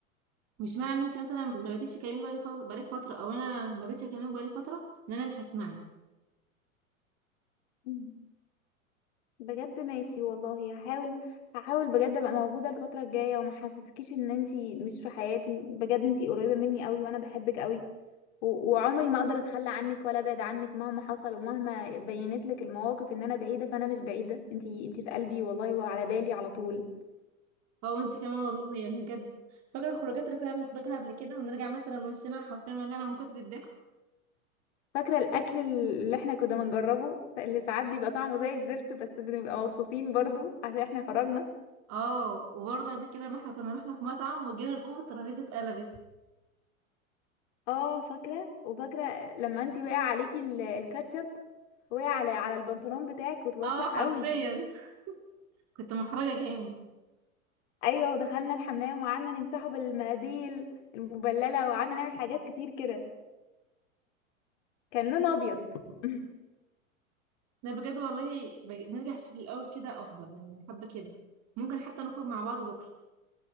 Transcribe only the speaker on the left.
مم. بجد ماشي والله هحاول هحاول بجد ابقى موجوده الفتره الجايه وما حسسكيش ان انتي مش في حياتي بجد انتي قريبه مني قوي وانا بحبك قوي و- وعمري ما اقدر اتخلى عنك ولا ابعد عنك مهما حصل ومهما بينت لك المواقف ان انا بعيده فانا مش بعيده انتي انتي في قلبي والله وعلى بالي على طول
فاكرة الأكل اللي احنا كنا بنجربه اللي ساعات بيبقى طعمه زي الزفت بس بنبقى مبسوطين برضو عشان احنا خرجنا
اه فاكرة وفاكرة لما انتي وقع عليكي ال- الكاتشب وقع على على البنطلون بتاعك وتوسخ
قوي
ايوه ودخلنا الحمام وقعدنا نمسحه بالمناديل المبللة وقعدنا نعمل حاجات كتير كده كان لونه ابيض <laughs>